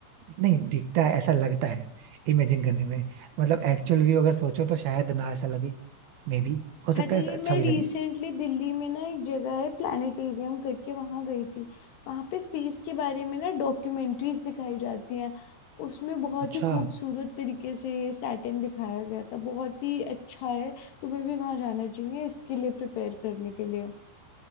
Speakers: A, on the right; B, on the left.
A: नहीं दिखता है ऐसा लगता है इमेजिन करने में मतलब एक्चुअल व्यू अगर सोचो तो शायद ना ऐसा लगे May be हो सकता
B: अरे
A: है ऐसा अच्छा
B: मैं
A: भी
B: रिसेंटली
A: लगे
B: दिल्ली में ना एक जगह है प्लानिटेरियम करके वहां गई थी वहां पे स्पेस के बारे में ना डॉक्यूमेंट्रीज दिखाई जाती हैं उसमें बहुत
A: अच्छा
B: ही खूबसूरत तरीके से सैटर्न दिखाया गया था बहुत ही अच्छा है तुम्हें भी वहां जाना चाहिए इसके लिए प्रिपेयर करने के लिए